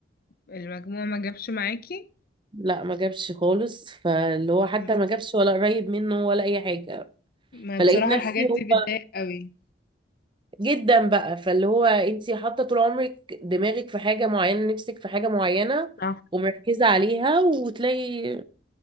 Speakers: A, on the left; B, on the right.
A: المجموع ما جابش معاكي؟
B: لا ما جابش خالص فاللي هو حتى
A: م-
B: ما جابش ولا قريب منه ولا اي حاجه
A: ما
B: فلقيت
A: بصراحة
B: نفسي
A: الحاجات
B: هو
A: دي بتضايق قوي
B: جدا بقى فاللي هو انت حاطه طول عمرك دماغك في حاجه معينه نفسك في حاجه معينه
A: صح
B: ومركزه عليها وتلاقي